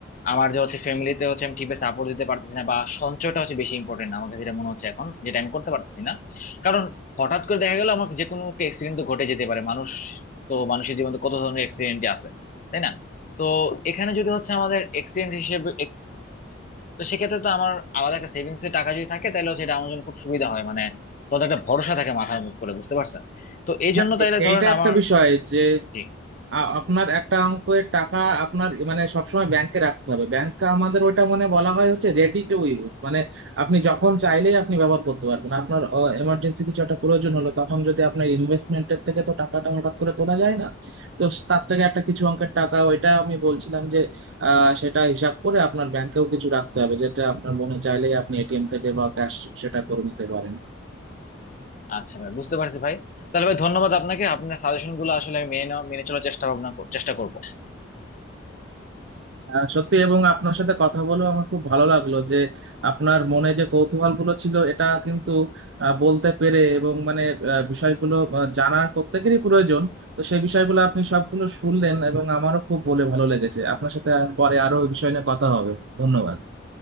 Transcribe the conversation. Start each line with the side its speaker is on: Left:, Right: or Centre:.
Left: আমার যে হচ্ছে ফ্যামিলিতে হচ্ছে আমি ঠিকভাবে সাপোর্ট দিতে পারতেছি না বা সঞ্চয়টা হচ্ছে বেশি ইম্পর্টেন্ট আমার কাছে যেটা মনে হচ্ছে এখন যেটা আমি করতে পারতেছি না কারণ হঠাৎ করে দেখা গেল আমার যে কোনো একটা অ্যাক্সিডেন্ট তো ঘটে যেতে পারে মানুষ তো মানুষের জীবনে তো কত ধরনের অ্যাক্সিডেন্ট আছে তাই না তো এখানে যদি হচ্ছে আমাদের অ্যাক্সিডেন্ট হিসেবে তো সেক্ষেত্রে তো আমার আলাদা একটা সেভিংস এর টাকা যদি থাকে তাহলে সেটা আমার জন্য খুব সুবিধা হয় মানে তোদের একটা ভরসা থাকে মাথার মুখ করে বুঝতে পারছেন তো এই
Right: হ্যাঁ
Left: জন্য তাইলে
Right: এ-
Left: ধরেন
Right: এইটা একটা
Left: আমার
Right: বিষয় যে
Left: জি,
Right: আ- আপনার একটা অঙ্কের টাকা আপনার মানে সবসময় ব্যাংকে রাখতে হবে ব্যাংকে আমাদের ওটা মানে বলা হয় হচ্ছে রেডি টু ইউজ মানে আপনি যখন চাইলেই আপনি ব্যবহার করতে পারবেন আপনার এমার্জেন্সি কিছু একটা প্রয়োজন হলো তখন যদি আপনার ইনভেস্টমেন্টের থেকে তো টাকাটা হঠাৎ করে তোলা যায় না তো তার থেকে একটা কিছু অঙ্কের টাকা ওইটা আমি বলছিলাম যে আহ সেটা হিসাব করে আপনার ব্যাংকেও কিছু রাখতে হবে যেটা আপনার মনে চাইলেই আপনি এটিএম থেকে বা ক্যাশ সেটা করে নিতে পারেন
Left: আচ্ছা ভাই বুঝতে পারছি ভাই তাহলে ভাই ধন্যবাদ আপনাকে আপনার সাজেশন গুলো আসলে আমি মেনে নেওয়া- মেনে চলার চেষ্টা ভাবনা কর- চেষ্টা করব
Right: আহ, সত্যি এবং আপনার সাথে কথা বলেও আমার খুব ভালো লাগলো যে আপনার মনে যে কৌতূহল গুলো ছিল এটা কিন্তু আহ, বলতে পেরে এবং মানে আহ, বিষয়গুলো আহ, জানার প্রত্যেকেরই প্রয়োজন তো সেই বিষয়গুলো আপনি সবগুলো শুনলেন এবং আমারও খুব বলে ভালো লেগেছে আপনার সাথে আর পরে আরো ওই বিষয় নিয়ে কথা হবে ধন্যবাদ